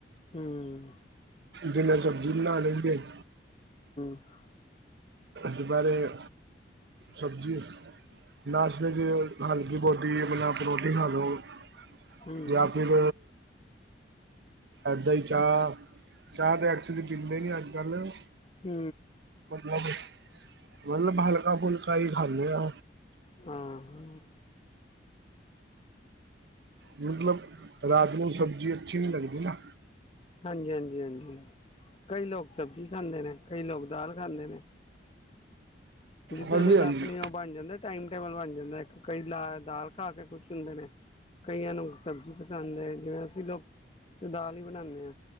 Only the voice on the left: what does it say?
ਹ ਮ।
<unintelligible>
ਹੂੰ
ਹ ਮ।
ਹਾਂ ਹ ਮ।
ਹਾਂਜੀ-ਹਾਂਜੀ-ਹਾਂਜੀ ਕਈ ਲੋਕ ਸਬਜ਼ੀ ਖਾਂਦੇ ਨੇ, ਕਈ ਲੋਕ ਦਾਲ ਜਾਂਦੇ ਨੇ। ਜਿੱਦਾਂ
-ਜਿੱਦਾਂ
ਆਪਣੀ ਉਹ ਬਣ ਜਾਂਦਾ, ਟਾਈਮ- ਟੇਬਲ ਬਣ ਜਾਂਦਾ ਕਈ ਲਾ <unintelligible> ਦਾਲ ਖਾ ਕੇ ਖੁਸ਼ ਹੁੰਦੇ ਨੇ। ਕਈਆਂ ਨੂੰ ਸਬਜ਼ੀ ਪਸੰਦ ਹੈ ਜਿਵੇਂ ਅਸੀਂ ਲੋਕ ਦਾਲ ਵੀ ਬਣਾਉਨੇ ਹਾਂ,